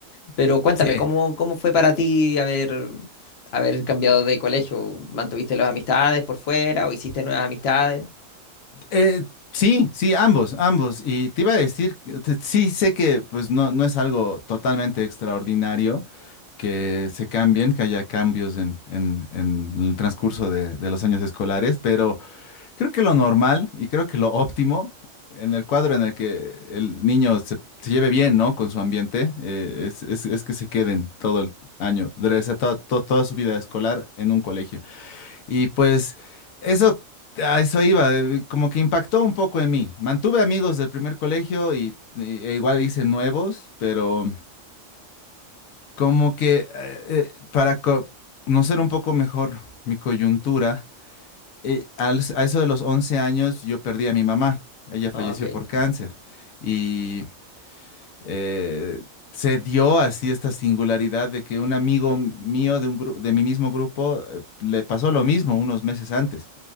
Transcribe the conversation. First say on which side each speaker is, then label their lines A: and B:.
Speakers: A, on the left; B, on the left.
A: Pero cuéntame,
B: Sí.
A: ¿cómo, cómo fue para ti haber, haber cambiado de colegio? ¿Mantuviste las amistades por fuera o hiciste nuevas amistades?
B: Eh, sí, sí, ambos, ambos. Y te iba a decir, que te- sí sé que pues no, no es algo totalmente extraordinario que se cambien, que haya cambios en, en- en el transcurso de de los años escolares, pero... Creo que lo normal y creo que lo óptimo en el cuadro en el que el niño se, se lleve bien, ¿no? Con su ambiente, eh, es, es- es que se queden todo el año, de- o sea, to- to- toda su vida escolar en un colegio. Y pues eso, a eso iba, eh, como que impactó un poco en mí. Mantuve amigos del primer colegio y, y- e igual hice nuevos, pero como que eh, eh, para co- conocer un poco mejor mi coyuntura eh, al- a eso de los 11 años yo perdí a mi mamá. Ella falleció
A: Ah, ok,
B: por cáncer. Y eh, se dio así esta singularidad de que un amigo mío de, un gru- de mi mismo grupo eh, le pasó lo mismo unos meses antes.